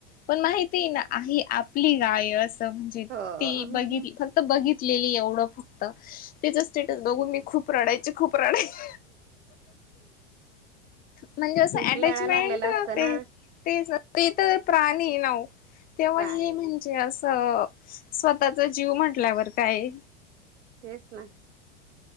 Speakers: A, on the left; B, on the right.
A: पण माहिती ना आ आपली गाय असं म्हणजे
B: हो
A: ती बघिली. बघितलेली एवढं फक्त त्याच स्टेटस बघून मी खूप रडायची खूप रडायची. म्हणजे असं
B: एक
A: अटॅचमेंट
B: लळा लागलेला असतो
A: होते.
B: ना
A: तेच ते तर प्राणी ना तेव्हा
B: प्राणी
A: हे म्हणजे असं. स्वतःचा जीव म्हटल्यावर काय.
B: तेच ना.